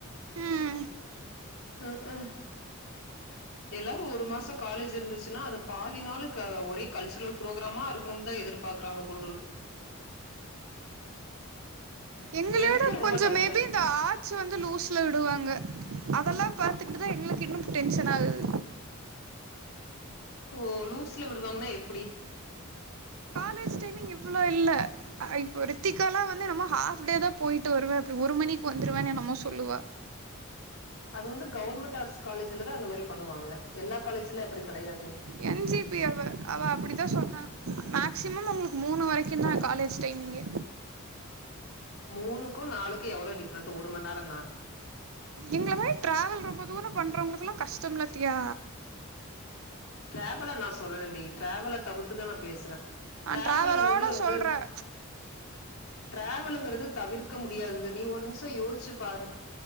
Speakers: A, on the right; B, on the left.
A: ம்
B: உ உ எல்லாரும் ஒரு மாசம் காலேஜ் இருந்துச்சுன்னா அதை பாதி நாளு ஒரே கல்ச்சரல் புரோகிராம இருக்கணும்னு தா எதிர் பாக்குறாங்க போல இருக்கு
A: எங்களோட
B: எனக்கே ரொம்ப
A: கொஞ்சோ
B: டவுட்டா
A: மேபி
B: இருக்கு
A: இந்தா வச்சி வந்து லூஸ்ல விடுவாங்க அதெல்லா பாத்துட்டு தா எங்களுக்கு இன்னும் டென்ஷன் ஆகுது
B: ஓ லூஸ்ல விடுவாங்கன்னா எப்பிடி
A: ப்ளேஸ்ட் டைமிங் இவ்வளோ இல்ல இப்போ ரித்திக்கால்லா வந்து என்னமோ ஹாஃப் டே தா போயிட்டு வருவே அப்படி ஒரு மணிக்கு வந்துடுவன்னு என்னமோ சொல்லுவா
B: அது வந்து கவுர்மெண்ட் ஆர்ட்ஸ் காலேஜ்லதா அந்த மாறி பண்ணுவாங்க எல்லா காலேஜ்ல அப்படி கிடையாதே
A: என் ஜி பி அவ அவ அப்படிதா சொன்னா மேக்சிமம் உங்களுக்கு மூணு வரைக்கு தா காலேஜ் டைமிங்கே
B: மூணுக்கும் நாலுக்கும் எவ்ளோ டிஃப்ரெண்ட்டு ஒரு மண் நேரம் தா
A: எங்கள மாறி டிராவல் ரொம்ப தூரோ பண்றவங்களுக்கெல்லா கஷ்டம் இல்ல தியா
B: டிராவல நா சொல்லலடி டிராவல தவுத்துதா நா பேசுறே
A: நா
B: டிராவலுங்குறது
A: டிராவலோட
B: வந்து
A: சொல்றே
B: டிராவலுங்கிறது தவிர்க்க முடியாதது நீ ஒரு நிமிஷம் யோசிச்சு பாரு